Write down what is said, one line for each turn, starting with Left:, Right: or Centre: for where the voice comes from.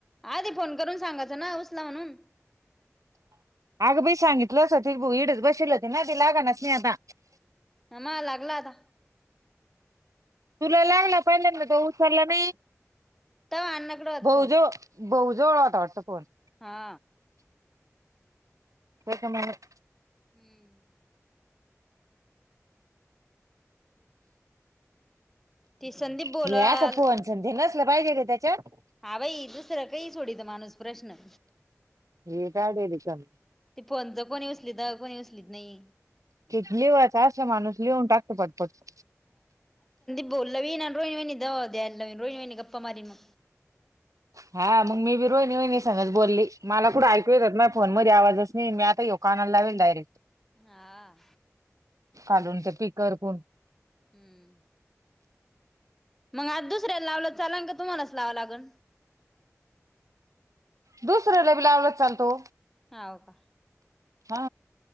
Centre: आधी फोन करून सांगायचं ना उचला म्हणून
Right: अगं बाई सांगितलं अस. ति इईडच बसल होती ना ती लागनाच नाही आता.
Centre: मा लागला आता,
Right: तुला लागला पहिल्यांदा तो उचलला नाही.
Centre: तवा अण्णाकडे होता
Right: भाऊज
Centre: फोन
Right: भाऊज वाटा वाटत फोन
Centre: हा
Right: त्याचा मालक
Centre: हम्म <inaudible> ते संदीप बोलाल
Right: हे असं फोन च नसलं पाहिजे काय त्याच्यात,
Centre: हा भाई दुसरं काही सोडत माणूस प्रश्न
Right: हे काढे रिकामी
Centre: ते फोनच कोणी उचलीत कोणी उसलीत नाही
Right: ते लिवायच अस माणूस लिहून टाकतो पटपट
Centre: बोलावी ना रोहिणी वहिणी दवा द्यालावी रोहिणी वहिणी गप्पा मारी मग,
Right: हा मग मी बी रोहिणी वैनी संगतच बोलली मला कुठं ऐकू येतात माझ फोन मध्ये आवाजच नाही. आता ये काेणाला लावीलाय.
Centre: हा
Right: खालून ते पीकर कोण
Centre: हम्म मग आज दुसऱ्याला लावलं चालल का तुम्हालाच लावांव लागल.
Right: दुसर्याला बी लावलंच चालतो.
Centre: हाव का
Right: हा